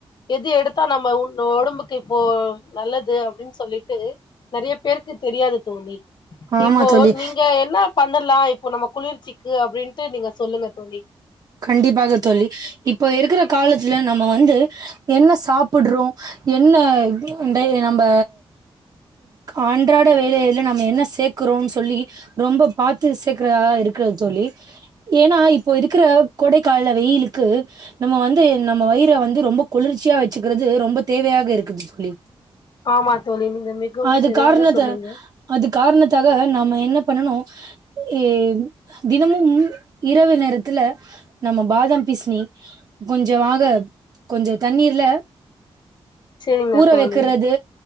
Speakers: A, on the left; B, on the right.
A: எது எடுத்தா நம்ம உன்ன ஒடம்புக் க்கு இப்போ நல்லது அப்டின் சொல்லிட்டு நறைய பேருக்கு தெரியாது தோழி
B: ஆமா
A: இப்போ
B: தோழி
A: நீங்க என்னா பண்ணலா இப்போ நம்ம குளிர்ச்சிக்கு அப்டின்ட்டு நீங்க சொல்லுங்க தோழி
B: கண்டிப்பாக தோழி இப்போ இருக்கிற காலத்துல நாம வந்து என்ன சாப்பிட்றோ என்ன இந்த நம்ப ஆன்றாட வேலையில நம்ம என்ன சேக்குறோன் சொல்லி ரொம்ப பாத்து சேக்கற இருக்கிறது தோழி ஏன்னா இப்போ இருக்கிற கோடைக்கால வெயிலுக்கு நம்ம வந்து நம்ம வயிற வந்து ரொம்ப குளிர்ச்சியா வச்சுக்கிறது ரொம்ப தேவையாக இருக்குது தோழி
A: ஆமா தோழி நீங்க மிகவும்
B: அது
A: சரியாக
B: காரணத்த
A: சொன்னீங்க
B: அது காரணத்தாக நாம என்ன பண்ணனு ஏ தினமும் இரவு நேரத்துல நம்ம பாதாம் பீஸினி கொஞ்சமாக கொஞ்ச தண்ணீர்ல
A: செரிங்க
B: ஊற
A: தோழி
B: வெக்குறது